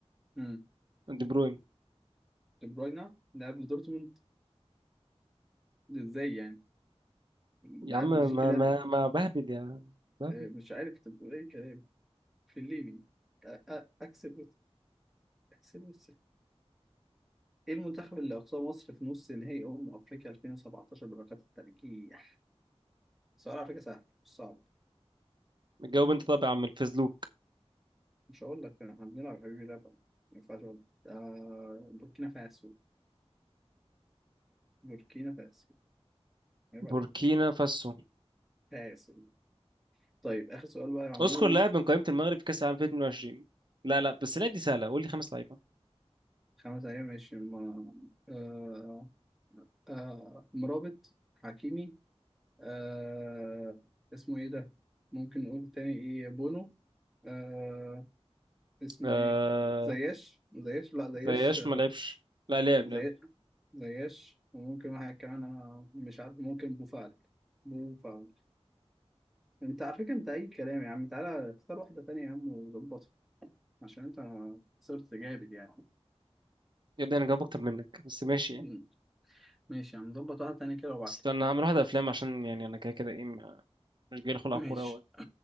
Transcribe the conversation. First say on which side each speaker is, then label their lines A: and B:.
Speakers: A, in the centre; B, on the right.
A: مم.
B: دي بروين
A: دي بروينا لاعب لدورتموند ده ازاي يعني لاعب
B: يا عم ما
A: بلجيكي لاعب
B: ما ما بهبد يا بهبد
A: آه، مش عارف انت بتقول ايه كلام في الليبي اكسل حسين السيف ايه المنتخب اللي اقصاه مصر في نص نهائي امم افريقيا 2017 بركات الترجيح سؤال على فكره سهل مش صعب
B: جاوب أنت طبعا يا عم الفزلوك
A: مش هقول لك احنا بنلعب يا حبيبي لعبه ما ينفعش اقول لك آه بوركينا فاسو بوركينا فاسو عيب
B: بوركينا
A: عليك
B: فاسو
A: فاسو طيب اخر سؤال بقى يا عمور
B: اذكر لاعب من قائمة المغرب في كأس العالم 2022 لا لا بس لا دي سهلة قول لي خمس لعيبة
A: خمس ايام ماشي ما... آه... آه... مرابط حكيمي آه... اسمه ايه ده ممكن نقول تاني ايه بونو آه... اسمه
B: آه
A: ايه زياش زياش لا زياش
B: زياش ما لعبش لا لعب
A: زي
B: لعب
A: زياش وممكن واحد كمان انا مش عارف ممكن بوفعل بوفعل انت على فكره انت اي كلام يا عم تعالى اختار واحده تانية يا عم وظبطها عشان انت صرت جامد يعني
B: يا ابني انا جاوب اكتر منك بس ماشي
A: مم.
B: يعني
A: ماشي يا عم ظبط واحده تانية كده وابعتلي
B: استنى هعمل واحدة افلام عشان يعني انا كده كده ايه مش جاي خلق على
A: ماشي
B: الكورة أوي